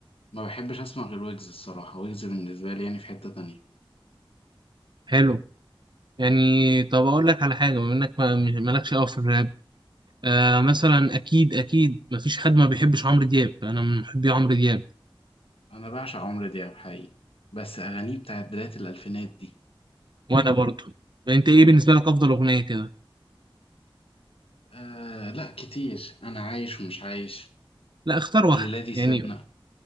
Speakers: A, on the left (about 85°); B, on the right (about 55°).
A: ما بحبش اسمع غير ويجز الصراحه ويجز بالنسبه لي يعني في حته تانية
B: حلو يعني طب أقول لك على حاجة بما إنك ما- مش- مالكش أوي في الراب آه مثلا أكيد أكيد مفيش حد ما بيحبش عمرو دياب أنا من محبي عمرو دياب
A: انا بعشق عمرو دياب حقيقي بس اغانيه بتاعت بدايه الالفينات دي
B: وأنا برضه أنت إيه بالنسبة لك أفضل أغنية كده؟
A: آه لا كتير انا عايش ومش عايش
B: لا اختار واحدة
A: الليله دي
B: يعني
A: سيبنا